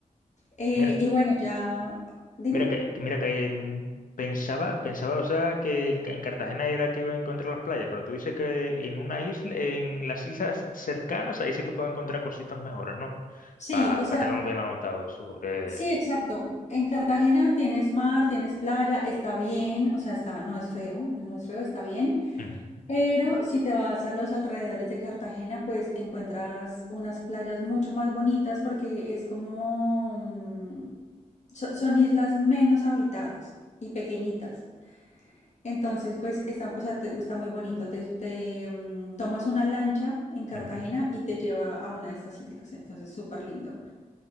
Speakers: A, on the left; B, on the left.
A: Eh,
B: Mira,
A: y bueno, ya, dime.
B: Mira que, mira que en- pensaba, pensaba, o sea, que en, Ca- en Cartagena era que iba a encontrar las playas, pero tú dices que en una isla, en las islas cercanas, ahí sí que puedo encontrar cositas mejores, ¿no?
A: Sí,
B: Para
A: o sea,
B: tenerlo bien anotado eso, porque...
A: sí, exacto. En Cartagena tienes mar, tienes playa, está bien, o sea, está, no es feo, no es feo, está bien.
B: Ujú,
A: Pero si te vas a los alrededores de Cartagena, pues encuentras unas playas mucho más bonitas porque es como, mm, so- son islas menos habitadas y pequeñitas. Entonces, pues, está, o sea, te- está muy bonito. Te, te, mm, tomas una lancha en Cartagena
B: ujú.
A: y te lleva a una de estas islas. Entonces, súper lindo.